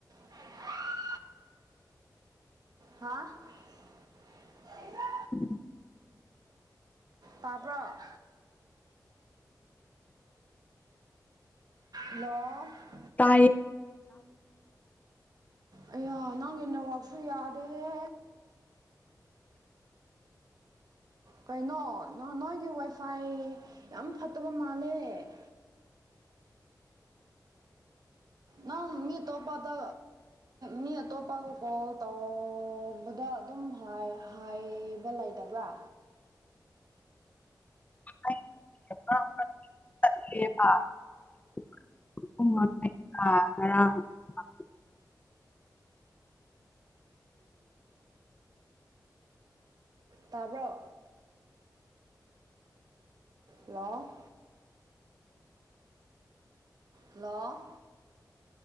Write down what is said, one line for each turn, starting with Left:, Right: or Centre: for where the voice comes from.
Right: INAUDIBLE INAUDIBLE
Left: INAUDIBLE
Right: INAUDIBLE INAUDIBLE
Left: ꯇꯥꯏꯌꯦ
Right: ꯑꯩꯌꯥ ꯅꯪꯒꯤ ꯅꯦꯠꯋꯥꯛꯁꯨ ꯌꯥꯗꯦꯍꯦ ꯀꯩꯅꯣ ꯅꯣ ꯅꯣꯏꯒꯤ ꯋꯥꯏꯐꯥꯏ ꯌꯥꯝ ꯐꯠꯇꯕꯃꯥꯜꯂꯦ INAUDIBLE ꯅꯪ ꯃꯤ ꯇꯣꯞꯄꯗ ꯃꯤ ꯑꯇꯣꯞꯄꯒ ꯀꯣꯜ ꯇꯧ ꯕꯗ ꯑꯗꯨꯝ ꯍꯥꯏ ꯍꯥꯏ ꯕ ꯂꯩꯇꯕ꯭ꯔꯥ
Left: INAUDIBLE INAUDIBLE
Right: ꯇꯥ ꯕ꯭ꯔꯣ INAUDIBLE ꯍꯜꯂꯣ ꯑꯣ